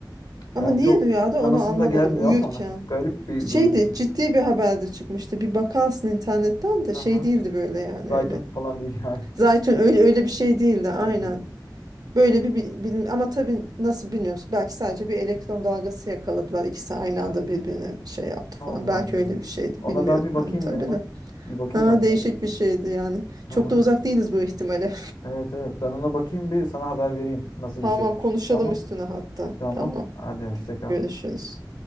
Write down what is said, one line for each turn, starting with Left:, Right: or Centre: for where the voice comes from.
Right: Ama
Left: Yani
Right: niye
Left: çok
Right: rüyada
Left: inanasım
Right: onu anlamadım
Left: da gelmiyor
Right: uyurken.
Left: ama garip bir
Right: Şeydi
Left: durum.
Right: ciddi bir haberde çıkmıştı. Bir bakarsın internetten de
Left: Hı
Right: şey
Left: hı.
Right: değildi böyle yani
Left: Zaytun
Right: öyle.
Left: falan değil yani.
Right: Zaten öyle öyle bir şey değildi aynen.
Left: <laughs> Anladım.
Right: Böyle
Left: Enteresan.
Right: bir bi- bilim ama tabii nasıl bilmiyorum. Belki sadece bir elektron dalgası yakaladılar. İkisi aynı anda birbirine şey yaptı
Left: Allah
Right: falan. Belki
Left: Allah.
Right: öyle bir şeydi
Left: Ona
Right: bilmiyorum
Left: ben bir
Right: hani
Left: bakayım
Right: tabii
Left: ya.
Right: de.
Left: Bir bakayım
Right: Ha,
Left: ona
Right: değişik
Left: neymiş.
Right: bir şeydi yani. Çok
Left: Hı hı.
Right: da uzak değiliz bu ihtimale.
Left: Evet evet. Ben ona bakayım bir sana haber vereyim nasıl
Right: <laughs> Tamam
Left: bir şeymiş.
Right: konuşalım
Left: Tamam.
Right: üstüne hatta.
Left: Tamam.
Right: Tamam
Left: Hadi hoşça kal.
Right: görüşürüz.